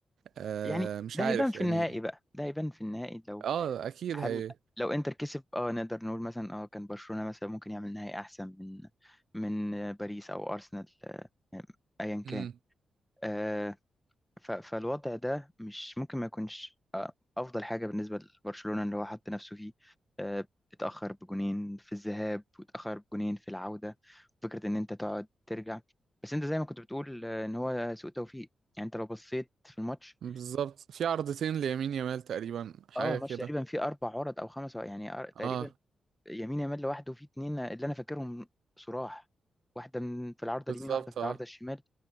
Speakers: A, on the right (about 80°); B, in the centre.
A: آه
B: يعني
A: مش
B: ده
A: عارف
B: هيبان في
A: يعني
B: النهائي بقى ده هيبان في النهائي لو
A: اه اكيد
B: هل
A: هي
B: لو انتر كسب اه نقدر نقول مثلا اه كان برشلونه مثلا ممكن يعمل نهائي احسن من من آه، باريس او ارسنال آه، آه، ايا
A: امم
B: كان آه، ف- فالوضع ده مش ممكن ما يكونش افضل حاجه بالنسبه لبرشلونه اللي هو حط نفسه فيه آه، اتاخر بجونين في الذهاب واتاخر بجونين في العوده فكره ان انت تقعد ترجع بس انت زي ما كنت بتقول آه، ان هو سوء توفيق يعني انت لو بصيت في الماتش
A: بالظبط في عرضتين ليمين يامال تقريبا حاجة
B: اه الماتش
A: كده
B: تقريبا فيه اربع عرض او خمس عرض، يعني أر- تقريبا
A: اه
B: يمين يامال لوحده وفيه اتنين اللي انا فاكرهم صراح واحده من في العارضه
A: بالظبط
B: اليمين واحده في
A: اه
B: العارضه الشمال